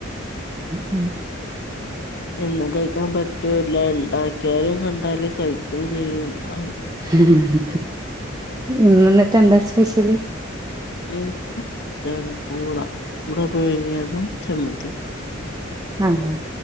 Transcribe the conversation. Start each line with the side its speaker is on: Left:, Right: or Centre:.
Right: ആ
Left: എന്നും കയ്ക്കാൻ പറ്റൂല്ല ഉണ്ടാക്കിയാലും കണ്ടാലും കഴിക്കും ചെയ്യും ആ
Right: ഇന്നിന്നിട്ടെന്താ സ്പെഷ്യല്
Left: പിന്ന താണ് പൂള പൂള പുഴുങ്ങിയതും ചമ്മന്തീം
Right: ആ ഹാ